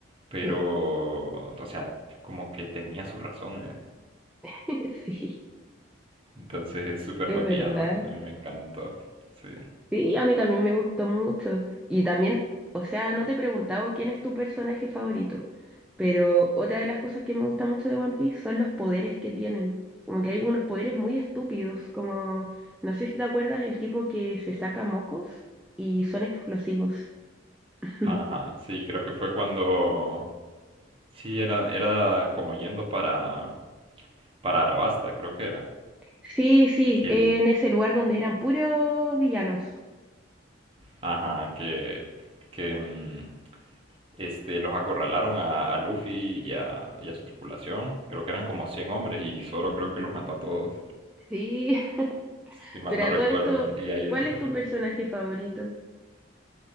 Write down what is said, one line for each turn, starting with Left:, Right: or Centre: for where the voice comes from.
Right: pero,
Centre: Sí.
Right: o sea, como que tenía sus razones.
Centre: <laughs> Sí,
Right: Entonces es súper
Centre: es
Right: buen
Centre: verdad.
Right: villano, a mí me encantó, sí.
Centre: Sí, a mí también me gustó mucho. Y también, o sea, no te he preguntado quién es tu personaje favorito, pero otra de las cosas que me gusta mucho de One Piece son los poderes que tienen. Como que hay unos poderes muy estúpidos, como, no sé si te acuerdas, el tipo que se saca mocos y son explosivos. <laughs>
Right: Ajá, sí, creo que fue cuando... Sí, era, era como yendo para... para Arabasta, creo que era.
Centre: Sí, sí,
Right: Que
Centre: en
Right: el,
Centre: ese lugar donde eran puros villanos.
Right: ajá, que, que mm, este, los acorralaron a, a Luffy y a, y a su tripulación. Creo que eran como 100 hombres y Zoro creo que los mató a todos,
Centre: Sí, <laughs>
Right: si mal
Centre: pero
Right: no
Centre: a
Right: recuerdo.
Centre: todo esto,
Right: Y ahí
Centre: ¿cuál
Right: es donde
Centre: es tu
Right: aparece.
Centre: personaje favorito?